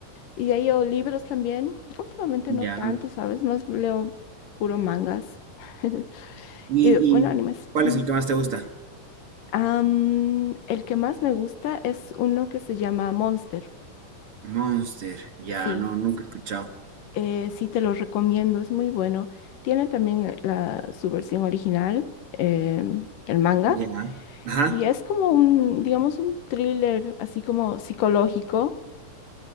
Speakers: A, on the left (about 75°); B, on the right (about 50°).
A: Y ahí leo libros también. Últimamente
B: Ya.
A: no tanto, ¿sabes? Más leo puro mangas. <laughs>
B: ¿Y,
A: Y bueno,
B: y
A: animes.
B: cuál
A: mm.
B: es el que más te gusta?
A: Am, el que más me gusta es uno que se llama Monster.
B: Monster. Ya,
A: Sí.
B: no, nunca he escuchado.
A: Eh, sí, te lo recomiendo, es muy bueno. Tiene también eh, la, su versión original, eh, el manga,
B: Ya. Ajá.
A: y es como un, digamos, un thriller así como psicológico.